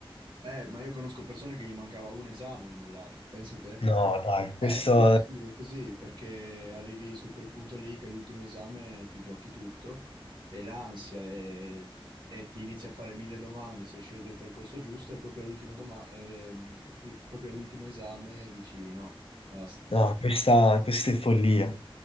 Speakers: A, on the right; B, on the left.
A: Eh, ma io conosco persone che gli mancava un esame e ha mollato. Pensa te.
B: No, dai,
A: Eh
B: questo,
A: sì, sì, sì, è così, perché arrivi su quel punto lì che è l'ultimo esame ti giochi tutto e l'ansia e, e ti inizi a fare mille domande se hai scelto il percorso giusto e proprio all'ultimo doma- ehm, pr- proprio all'ultimo esame dici no, basta.
B: no, questa, questa è follia.